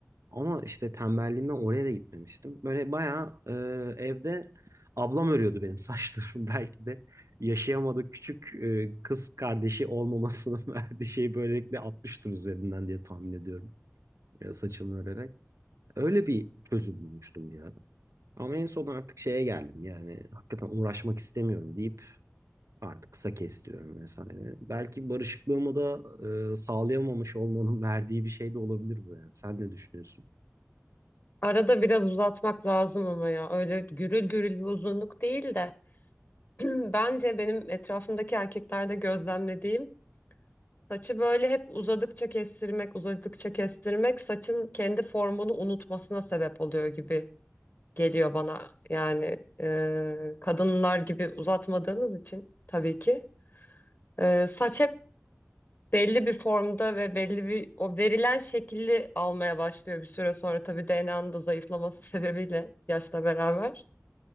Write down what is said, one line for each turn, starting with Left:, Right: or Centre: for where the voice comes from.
Right: Ama işte tembelliğimden oraya da gitmemiştim. Böyle bayağı e, evde ablam örüyordu benim saçlarımı. <laughs> Belki de yaşayamadık küçük e, kız kardeşi olmamasının <laughs> verdiği şeyi böylelikle atmıştır üzerinden diye tahmin ediyorum. Ya saçımı örerek. Öyle bir çözüm bulmuştum bir ara. Ama en son artık şeye geldim yani hakikaten uğraşmak istemiyorum deyip Artık kısa kestiriyorum vesaire. Belki barışıklığımı da e, sağlayamamış olmanın <laughs> verdiği bir şey de olabilir bu yani. Sen ne düşünüyorsun?
Left: Arada biraz uzatmak lazım ama ya. Öyle gürül gürül bir uzunluk değil de. <clears throat> Bence benim etrafımdaki erkeklerde gözlemlediğim saçı böyle hep uzadıkça kestirmek, uzadıkça kestirmek saçın kendi formunu unutmasına sebep oluyor gibi geliyor bana. Yani e, kadınlar gibi uzatmadığınız için tabii ki. E, saç hep belli bir formda ve belli bir o verilen şekilli almaya başlıyor bir süre sonra. Tabii DNA'nın da zayıflaması <laughs> sebebiyle yaşla beraber.